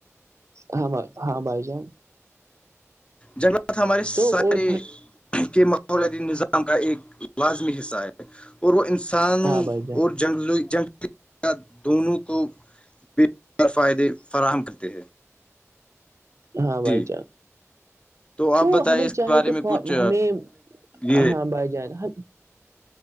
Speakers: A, on the right; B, on the left.
A: ہاں ب ہاں بھائی جان
B: جنگلات ہمارے ساری
A: تو اور
B: کے ماحولیاتی نظام کا ایک لازمی حصہ ہے اور وہ انسانوں
A: ہاں بھائی جان
B: اور جنگل جنگلی دونوں کو بے فائدے فراہم کرتے ہیں
A: ہاں بھائی
B: جی
A: جان
B: آپ
A: تو
B: بتائیں
A: ہمیں
B: اس کے
A: چاہے
B: بارے
A: کہ
B: میں کچھ
A: ہمیں
B: یہ
A: ہاں بائی جانا